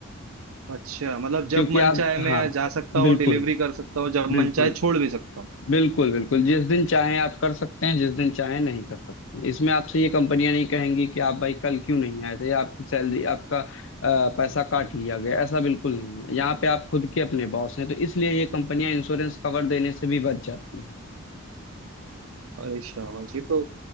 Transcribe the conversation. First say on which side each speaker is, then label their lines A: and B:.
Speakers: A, on the right (about 85°); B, on the left (about 65°).
A: अच्छा मतलब जब
B: क्योंकि
A: मन
B: आप
A: चाहे मैं
B: हाँ
A: जा सकता हूँ
B: बिल्कुल
A: डिलीवरी कर सकता हूँ जब
B: बिल्कुल
A: मन चाहे छोड़ भी सकता हूँ
B: बिल्कुल बिल्कुल जिस दिन चाहें आप कर सकते हैं जिस दिन चाहें नहीं कर सकते हैं इसमें आपसे ये कंपनियां नहीं कहेंगी कि आप भाई कल क्यों नहीं आए थे या आपकी सैलरी आपका अ, पैसा काट लिया गया ऐसा बिल्कुल नहीं है यहाँ पे आप खुद के अपने बॉस हैं तो इसलिए ये कंपनियां इंश्योरेंस कवर देने से भी बच जाती हैं
A: अरे शाबाश ये तो